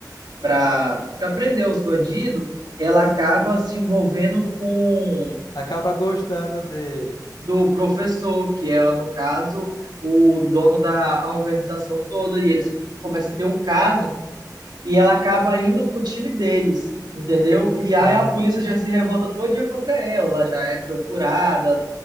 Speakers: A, on the right; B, on the left.
A: pra, pra prender os bandidos, ela
B: Assim,
A: acaba se envolvendo com
B: Acaba gostando dele.
A: do professor, que é, no caso, o dono da organização toda, e eles começam a ter um caso, e ela acaba indo pro time deles, entendeu? E aí
B: Aham.
A: a polícia já se revolta todo dia contra ela, ela já é procurada,